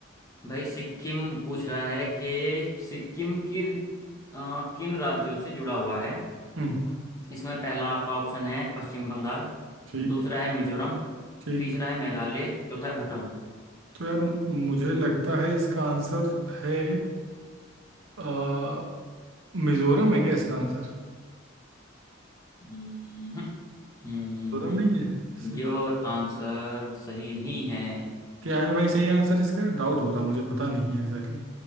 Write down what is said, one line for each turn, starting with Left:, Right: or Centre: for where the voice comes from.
Left: भाई सिक्किम पूछ रहा है कि सिक्किम की अ, किन राज्यों से जुड़ा हुआ है
Right: हम्म
Left: इसमें पहला आपका ऑप्शन है पश्चिम बंगाल
Right: ठीक
Left: दूसरा है मिजोरम
Right: ठीक
Left: तीसरा है मेघालय चौथा है भूटान
Right: तो यार मुझे लगता है इसका आंसर है अ, मिजोरम है क्या इसका आंसर
Left: हम्म, हम्म
Right: मिजोरम नहीं है सही-
Left: योर आंसर सही नहीं है
Right: क्या है भाई सही आंसर इसका डाउट हो रहा मुझे पता नहीं है एग्जैक्टली